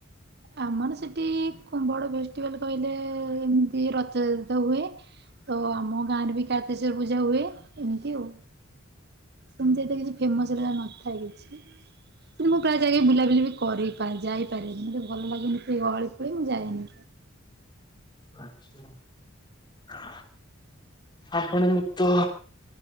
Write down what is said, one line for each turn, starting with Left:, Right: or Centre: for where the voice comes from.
Right: ଆମର ସେଠି ବଡ ଫେଷ୍ଟିଭାଲ୍ କହିଲେ ଏମିତି ରଜ ତ ହୁଏ ତ ଆମ ଗାଁ ରେ ବି କାର୍ତିକେଶ୍ଵର ପୂଜା ହୁଏ ଏମିତି ଆଉ। ସେମିତି ଏଠେ କିଛି ଫେମସ୍ ହେରା ନଥାଏ କିଛି।
Left: ହ
Right: କିନ୍ତୁ ମୁଁ ପ୍ରାୟେ ଯାଇକି ବୁଲାବୁଲି ବି କରିପାରେ ଯାଇପାରେ କିନ୍ତୁ ମତେ ଭଲ ଲାଗେନି ସେ ଗହଳି ପହଳି ମୁଁ ଯାଏନି।
Left: ଆଛା ଆପଣ ମୁ ତ